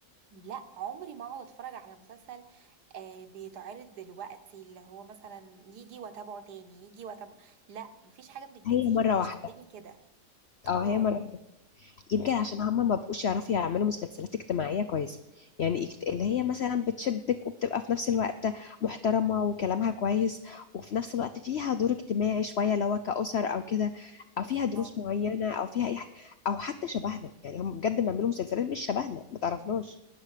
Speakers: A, on the right; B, on the left.
A: لا عمري ما اقعد اتفرج على مسلسل آه بيتعرض دلوقتي اللي هو مثلا يجي واتابعه تاني يجي واتابعه لا مفيش حاجه من الجديد
B: هي مرة واحدة
A: تشدني كده
B: اه
A: اه
B: هي مرة واحدة يمكن عشان هما ما بقوش يعرفوا يعملوا مسلسلات اجتماعيه كويسه يعني اكت- اللي هي مثلا بتشدك وبتبقى في نفس الوقت محترمه وكلامها كويس وفي نفس الوقت فيها دور اجتماعي شويه اللي هو كاسر او كده او فيها دروس
A: اه
B: معينه او فيها اي حاجه او حتى شبهنا يعني هم بجد بيعملوا مسلسلات مش شبهنا ما تعرفناش